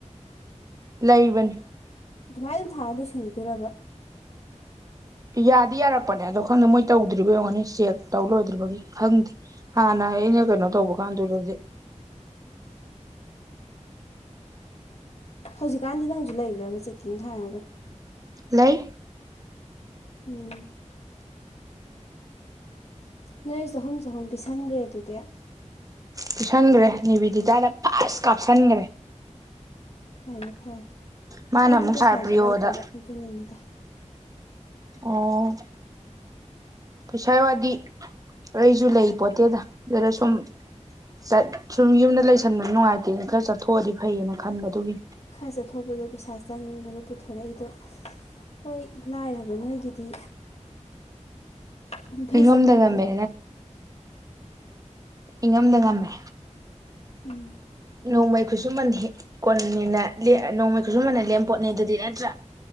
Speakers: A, on the right (about 30°); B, on the left (about 55°).
A: ꯂꯩꯕꯅꯤ꯫
B: ꯑꯗꯨꯃꯥꯏꯅ ꯑꯗꯨꯝ ꯊꯥꯔ ꯂꯣꯏꯁꯤꯟꯈꯤꯗꯣꯏꯔꯕ꯫
A: ꯌꯥꯗꯤ ꯌꯥꯔꯛꯄꯅꯦ ꯑꯗꯣ ꯈꯪꯗꯦ ꯃꯣꯏ ꯇꯧꯗꯔꯤꯕ ꯑꯣꯏꯔꯝꯒꯅꯤ ꯆꯦꯛ ꯇꯧ ꯂꯣꯏꯗ꯭ꯔꯤꯕꯒꯤ ꯈꯪꯗꯦ꯫ ꯍꯥꯟꯅ ꯑꯩꯅ ꯀꯩꯅꯣ ꯇꯧꯕ ꯀꯥꯟꯗꯨꯗꯗꯤ
B: ꯍꯧꯖꯤꯛꯀꯥꯟꯗꯤ ꯅꯪꯁꯨ ꯂꯩꯕ꯭ꯔꯕ ꯆꯦꯛꯀꯤꯡ ꯊꯥꯔꯒ꯫
A: ꯂꯩ꯫
B: ꯎꯝ꯫ ꯅꯣꯏ ꯆꯍꯨꯝ ꯆꯍꯨꯝ ꯄꯤꯁꯟꯒꯔꯦ ꯑꯗꯨꯗꯤ꯫
A: ꯄꯤꯁꯥꯟꯈ꯭ꯔꯦ ꯅꯦꯕꯤꯗꯤꯇꯥꯗ ꯐꯥꯁ ꯀꯥꯞꯁꯤꯟꯈ꯭ꯔꯦ꯫
B: ꯐꯔꯦ ꯐꯔꯦ
A: ꯃꯥꯅ
B: ꯑꯩꯗꯤ
A: ꯑꯃꯨꯛ
B: ꯄꯩꯁꯥꯁꯨ
A: ꯁꯥꯔ ꯄ꯭ꯔꯤꯌꯣꯗ
B: ꯂꯩꯇꯕ ꯑꯗꯨꯅꯅꯤꯗ꯫
A: ꯑꯣ꯫ ꯄꯩꯁꯥ ꯋꯥꯗꯤ ꯑꯩꯁꯨ ꯂꯩ ꯄꯣꯠꯇꯦꯗ ꯑꯗꯨꯗ ꯁꯨꯝ꯫ ꯆꯠ ꯁꯨꯝ ꯌꯨꯝꯗ ꯂꯩꯁꯟꯕꯗ ꯅꯨꯡꯉꯥꯏꯇꯦꯗ ꯈꯔ ꯆꯠꯊꯣꯛꯑꯗꯤ ꯐꯩꯌꯦꯅ ꯈꯟꯕ ꯑꯗꯨꯒꯤ꯫
B: ꯈꯔ ꯆꯠꯊꯣꯛꯄꯗꯣ ꯄꯩꯁꯥ ꯆꯪꯕꯗꯣ ꯄꯨꯊꯣꯔꯛꯏꯗꯣ꯫ ꯍꯣꯏ ꯂꯥꯏꯔꯕ ꯅꯣꯏꯒꯤꯗꯤ꯫ ꯐꯚꯥꯖꯍꯨꯝꯗꯣ
A: ꯏꯉꯝꯗ ꯉꯝꯃꯦ ꯏꯪꯉꯝꯗ ꯉꯝꯃꯦ
B: ꯎꯝ
A: ꯅꯣꯡꯃꯩ ꯈꯨꯠꯁꯨꯃꯟꯦꯛ ꯀꯣꯟꯅꯤꯅ ꯅꯣꯡꯃꯩ ꯈꯨꯠꯁꯨꯃꯟꯅ ꯂꯦꯝꯄꯣꯠꯅꯦ ꯑꯗꯨꯗꯤ ꯅꯠꯇ꯭ꯔꯥ